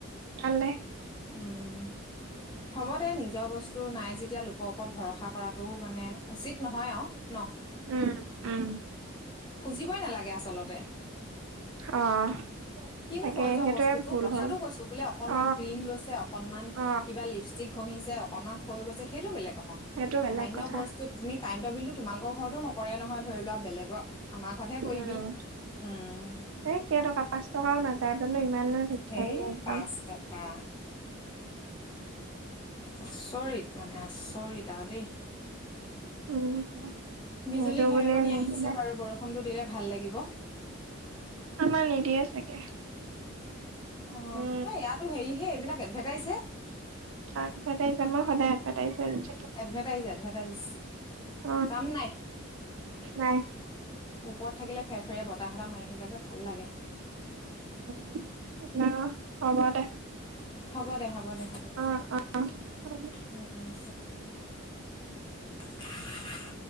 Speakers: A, on the right (about 75°); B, on the left (about 20°).
A: পালে।
B: উম। হ'ব দে, নিজৰ বস্তু নাই যেতিয়া লোকৰ ওপৰত ভৰসা কৰাতটো মানে, উচিত নহয় আৰু ন'।
A: উম। উম
B: খুজিবই নালাগে আচলতে।
A: অ'।
B: কিনো
A: তাকে
B: ক্ষই যোৱা
A: সেইটোৱে
B: বস্তুটো
A: ভুল
B: কথাটো
A: হ'ল
B: কৈছোঁ, বোলে অকনমান
A: অ
B: ক্ৰীম লৈছে, অকনমান
A: অ
B: কিবা লিপ লিপষ্টিক ঘঁহিছে, অকনমান ক্ষয় গৈছে, সেইটো বেলেগ কথা,
A: সেইটো
B: সামান্য
A: বেলেগ কথা
B: বস্তুত তুমি কাৰেণ্টৰ বিলটো তোমালোকৰ ঘৰতো নকৰে নহয়, ধৰি লোৱা, বেলেগৰ আমাৰ ঘৰতহে
A: উম,
B: কৰিবি উম
A: এই কেইটকা পাঁচ টকাও নাযায়, সিহঁতনো ইমাননো ভিক্ষাৰী
B: সেই
A: নে একদম?
B: পাঁচ টকা আচৰিত মানে, আচৰিত আৰু দেই।
A: উম
B: বিজুলী
A: নিদো
B: ঢেৰেকনী
A: বুলিয়ে নিদিলে
B: আহিছে বাৰু, বৰষুণটো দিলে ভাল লাগিব।
A: আমাৰ নিদিয়ে চাগে।
B: অহ,
A: উম
B: এইয়াতো হেৰি হে, এইবিলাক এডভাৰটাইজ হে।
A: এডভেতাইজ, আমাৰ সদায় এডভাৰটাইজে দি থাকে
B: এডভাৰটাইজ এডভাৰ এভাৰটাইজ,
A: অ
B: কাম নাই।
A: নাই
B: ওপৰত থাকিলে ফেৰ ফেৰিয়া বতাহ এটা মাৰি থাকে যে, ভাল লাগে।
A: উম, অহ, হ'ব দে।
B: হ'ব দে, হ'ব দে, হ'ব দে,
A: অ অ
B: উম। <unintelligible>